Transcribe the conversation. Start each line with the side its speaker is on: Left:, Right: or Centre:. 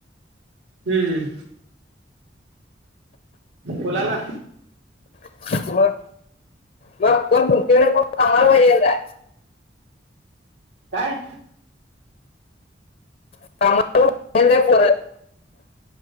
Right: हम् ह उलाला
Left: मग मग कोण तुमच्याकडे कोण कामाला पाहिजे.
Right: काय
Left: कामाला <unintelligible>